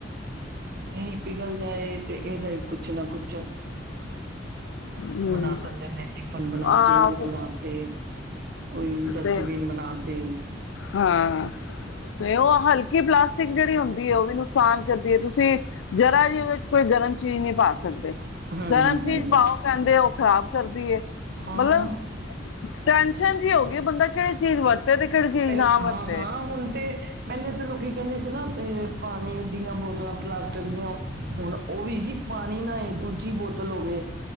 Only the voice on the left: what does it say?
ਹਮ
ਆਹ
ਤੇ
ਹਾਂ ਤੇ ਓ ਹਲਕੀ ਪਲਾਸਟਿਕ ਜੇੜੀ ਹੁੰਦੀ ਏ ਓ ਵੀ ਨੁਕ ਸਾਨ ਕਰਦੀ ਏ ਤੁਸੀਂ ਜ਼ਰਾ ਜੀ ਉਦੇ 'ਚ ਕੋਈ ਗਰਮ ਚੀਜ਼ ਨਈ ਪਾ ਸਕਦੇ।
ਗਰਮ
ਚੀਜ਼ ਪਾਓ ਕੈਂਦੇ ਉਹ ਖਰਾਬ ਕਰਦੀ ਏ
ਮਤਲਬ ਟੈਨਸ਼ਨ ਜੀ ਹੋ ਗਈ ਬੰਦਾ ਕੇੜੀ ਚੀਜ਼ ਵਰਤੇ ਤੇ ਕਿਹੜੀ ਚੀਜ਼
ਨਾ
ਵਰਤੇ